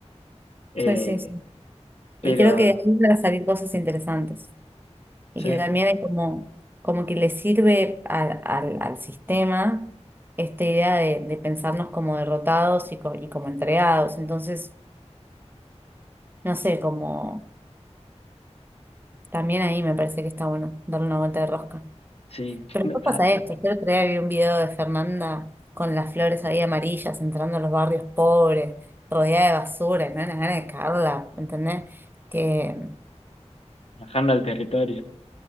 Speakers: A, on the left; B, on the right.
A: Eh,
B: sí, sí, sí.
A: pero,
B: Y creo que de ahí van a salir cosas interesantes. Y
A: sí,
B: que también es como, como que le sirve al, al, al sistema esta idea de, de pensarnos como derrotados y, co- y como entregados. Entonces, no sé, como también ahí me parece que está bueno darle una vuelta de rosca.
A: sí,
B: Pero
A: <laughs>
B: después pasa esto. Yo otro día vi un video de Fernanda con las flores ahí amarillas entrando a los barrios pobres, rodeada de basura, y me dan ganas de cagarla, ¿entendés? que
A: bajando al territorio.